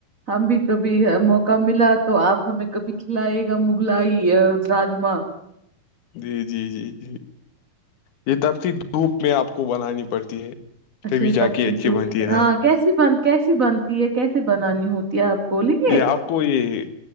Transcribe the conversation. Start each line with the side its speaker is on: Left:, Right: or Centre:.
Right: ہم بھی کبھی موقع ملا تو آپ ہمیں کبھی کھلائیے گا مغلائی راجما
Left: جی جی جی جی یہ تبتی دھوپ میں آپ کو بنانی پڑتی ہے
Right: اچھا
Left: تبھی
Right: یہ
Left: جا
Right: تب
Left: کے اچھی بنتی ہے
Right: ہاں کیسی بن کیسی بنتی ہے کیسے بنانی ہوتی ہے آپ بولیں گے
Left: یہ آپ کو یہ